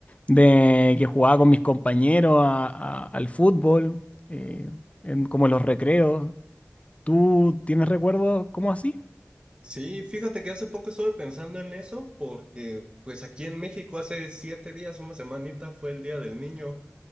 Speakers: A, on the left (about 25°); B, on the right (about 20°).
A: de que jugaba con mis compañeros a- a- al fútbol, eh, en, como en los recreos. ¿Tú tienes recuerdos como así?
B: Sí, fíjate que hace poco estuve pensando en eso porque pues aquí en México hace siete días, una semanita, fue el Día del Niño.